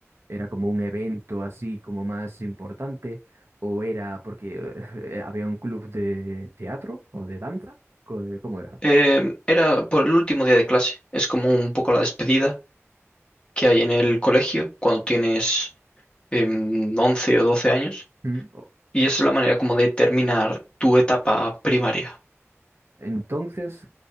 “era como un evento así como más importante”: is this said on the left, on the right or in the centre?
Right